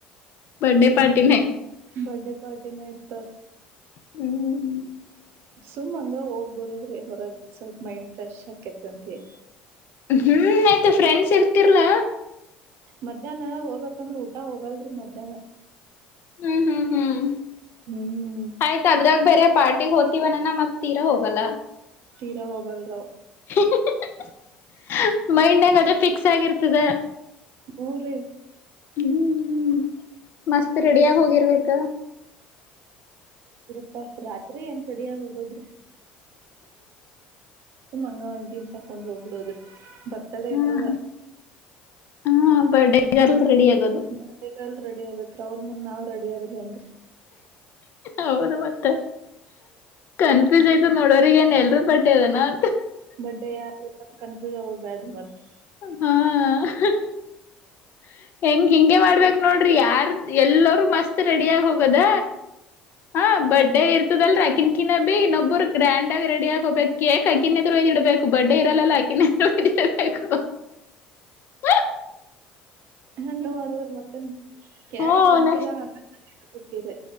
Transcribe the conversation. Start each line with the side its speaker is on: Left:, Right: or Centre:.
Left: ಬರ್ಡೇ ಪಾರ್ಟಿನೇ
Right: ಬರ್ಡೇ ಪಾರ್ಟಿನ ಇರ್ತಾವ
Left: ಹ್ಮ್ ಹ್ಮ್
Right: ಸುಮ್ ಹಂಗ ಹೋಗ್ ಬರೋದ್ರೆ ಹೊರಗೆ ಸ್ವಲ್ಪ ಮೈಂಡ್ ಫ್ರೆಶ್ ಆಾಕತ್ತಂತರಿ
Left: ಹ್ಮ್ ಆಯ್ತಾ ಫ್ರೆಂಡ್ಸ್ ಇರ್ತಿರ್ಲಾ
Right: ಮಧ್ಯಾಹ್ನ ಹೋಗ್ಬೇಕಂದ್ರ ಊಟ ಹೋಗಲ್ರರಿ ಮಧ್ಯಾಹ್ನ
Left: ಹ್ಮ್ ಹ್ಮ್ ಹ್ಮ್
Right: ಹ್ಮ್
Left: ಆಯ್ತ ಅದ್ರಾಗ ಬೇರೆ ಪಾರ್ಟಿಗೆ ಹೋಗ್ತಿವನ್ನನ್ನ ಮತ್ ತೀರ ಹೋಗಲ್ಲ
Right: ತೀರಾ ಹೋಗಲ್ರ
Left: <unintelligible> ಮೈಂಡ್ನಾಗ ಅದ ಫಿಕ್ಸ್ ಆಗಿರ್ತದ.
Right: ಹ್ಞೂರಿ
Left: ಹ್ಮ್, ಮಸ್ತ್ ರೆಡಿಯಾಗ್ ಹೋಗಿರ್ಬೇಕ.
Right: ಅಪ್ಪಾ, ರಾತ್ರಿ ಏನ್ ರೆಡ ಆಗ್ ಹೋಗೋದ್ರಿ? ಸುಮ್ನ ಹಂಗೆ ಒಂದ್ ಜೀನ್ಸ್ ಹಾಕೊಂಡ್ ಹೋಗ್ಬಿಡಿವ್ರಿ ಬರ್ತಡೇ
Left: ಹಾ
Right: ಇದ್ದವರ
Left: ಹಾ ಹಾ ಬರ್ಡೇಗಲ್ ರೆಡಿ ಆಗೋದು.
Right: ಬರ್ಡೇಗಲ್ ರೆಡಿ ಆಗ್ಬೇಕ್ರ ಅವ್ರ ಮುಂದ್ ನಾವ್ ರೆಡಿ ಆಗಿಲ್ಲಂದ್ರ?
Left: ಹೌದು ಮತ್ತೆ, ಕನ್ಫ್ಯೂಸ್ ಆಯ್ತು ನೋಡೋರಿಗೆ ಏನ್ ಎಲ್ರೂ ಬರ್ಡೆನಾ ಅಂತ.
Right: ಬರ್ಡೇ <unintelligible> ಬ್ಯಾಡ್ರಿ <unintelligible>
Left: ಹಾ <inaudible> ಹೆಂಗ್ ಹಿಂಗೆ ಮಾಡ್ಬೇಕ್ ನೋಡ್ರಿ ಯಾರ್ ಎಲ್ಲರೂ ಮಸ್ತ್ ರೆಡಿ ಆಗಿ ಹೋಗೋದ? ಹಾ ಬರ್ಡೇ ಇರ್ ಇದಲ್ರ ಆಕಿನ್ <unintelligible> ಇನ್ನೊಬ್ಬರು ಗ್ರ್ಯಾಂಡ್ ಆಗ ರೆಡಿ ಆಗ್ ಹೋಗಬೇಕ. ಕೇಕ್ ಆಕಿನ್ನೆದ್ರು ಇಡ್ಬೇಕು ಬರ್ಡೇ ಇರಲ್ಲ ಅಕಿನ್ನದ್ರುಯ್ದಿಡ್ಬೇಕು ಹಹಹ..
Right: ಹಂಗ ಮಾಡವ್ರ ಮತ್ತೆ ಯಾರ
Left: ಹ್ಮ
Right: ಕನ್ಫ್ಯೂಸ್
Left: ನೆಕ್ಸ್ಟ್
Right: ಆಗ <unintelligible> ಕಿದೆ